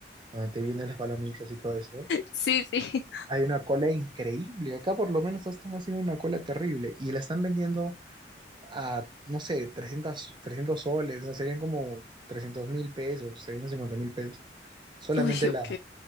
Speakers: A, on the right; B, on the left.
A: donde te vienen las palomitas y todo eso.
B: Sí, sí.
A: Hay una cola increíble. Acá por lo menos están haciendo una cola terrible y la están vendiendo a, no sé, 300, 300 soles, o sea, serían como trescientos mil pesos, trescientos cincuenta mil pesos, solamente
B: <laughs> Uy,
A: la,
B: ok.